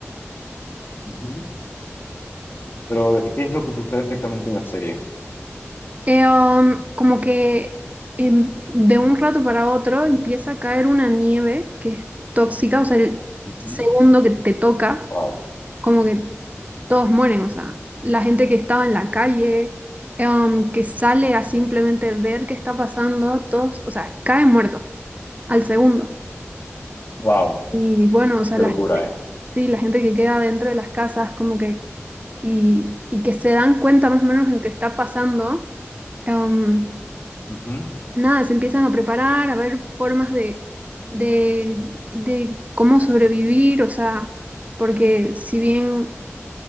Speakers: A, on the left (about 50°); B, on the right (about 30°).
A: ujú. Pero, ¿qué es lo que sucede exactamente en la serie?
B: Eh, um, como que em, de un rato para otro empieza a caer una nieve que es tóxica, o sea, el
A: Ujú.
B: segundo que te toca,
A: Wow,
B: como que todos mueren, o sea, la gente que estaba en la calle, eh, um, que sale a simplemente ver qué está pasando, todos, o sea, caen muertos al segundo.
A: wow,
B: Y bueno, o sea,
A: qué
B: la,
A: locura, ¿eh?
B: sí, la gente que queda dentro de las casas, como que, y, y que se dan cuenta más o menos lo que está pasando. em,
A: Ujú,
B: nada, se empiezan a preparar, a ver formas de, de, de cómo sobrevivir, o sea, porque si bien